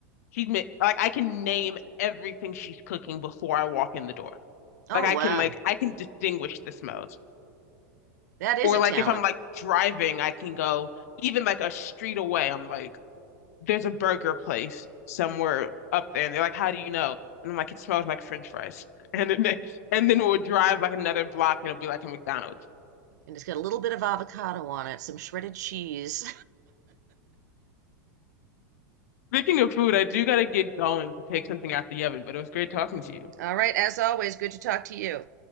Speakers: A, on the left; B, on the right.
A: she's ma like I can name everything she's cooking before I walk in the door.
B: Oh
A: Like I
B: wow.
A: can like I can distinguish the smells.
B: That is
A: Or
B: a
A: like
B: talent.
A: if I'm like driving, I can go even like a street away, I'm like, there's a burger place somewhere up there, and they're like, "How do you know?" And I'm like, "It smells like French fries." <laughs> And then, and then we'll drive like another block, and it'll be like a McDonald's.
B: And it's got a little bit of avocado on it, some shredded cheese.
A: Speaking of food, I do gotta get going to take something out the oven, but it was great talking to
B: <laughs>
A: you.
B: All right, as always, good to talk to you.